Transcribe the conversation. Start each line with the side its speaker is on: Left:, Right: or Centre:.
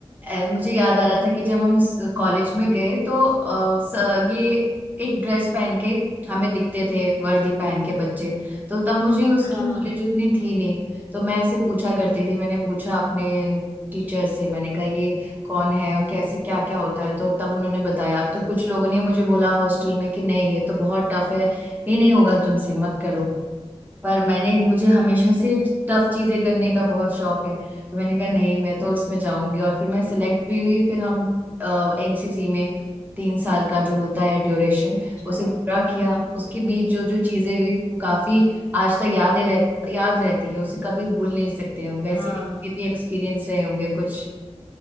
Right: अ, मुझे याद आ रहा था कि जब हम इस कॉलेज में गए तो अ, स, ये एक ड्रेस पहन के हमें दिखते थे वर्दी पहन के बच्चे तो तब मुझे उसकी
Left: हाँ
Right: नॉलेज उतनी थी नहीं तो मैं ऐसे पूछा करती थी मैंने पूछा अपने टीचर से मैंने कहा ये कौन है और कैसे क्या क्या होता है तो तब उन्होंने बताया तो कुछ लोगों ने मुझे बोला हॉस्टल में कि नहीं ये तो बहुत टफ है ये नहीं होगा तुमसे मत करो पर मैंने मुझे हमेशा से टफ चीजें करने का बहुत शौक है तो मैंने कहा नहीं मैं तो इसमें जाऊंगी और फिर मैं सिलेक्ट भी हुई फिर हम एनसीसी में तीन साल का जो होता है ड्यूरेशन
Left: अच्छा
Right: उसे पूरा किया उसके बीच जो जो चीजें हुई वो काफी आज तक यादें रह याद रहती है उसे कभी भूल नहीं सकते हम वैसे
Left: हाँ
Right: ही आपके भी एक्सपीरियंस रहे होंगे कुछ